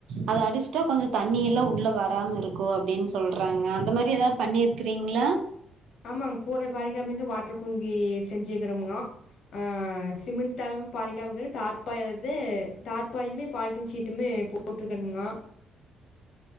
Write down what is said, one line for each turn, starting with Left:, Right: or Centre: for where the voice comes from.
Right: அது அடிச்சிட்டா கொஞ்சோ தண்ணி எல்லா உள்ள வராம இருக்கு அப்டின்னு சொல்றாங்க அந்த மாரி எதா பண்ணிருக்கிறீங்ளா?
Left: ஆமாங்க கூர பாதிக்காம இருக்க வாட்டர் பூரூஙி செஞ்சுக்கிறோம்ங்கோ ஆ சிமெண்ட் தளமும் பாதிக்காம இருக்க தார்பாய் அல்லது தார்பாயுமே பாலிட்டீன் ஷீட்டுமே போ போட்டிருக்கணுங்கோ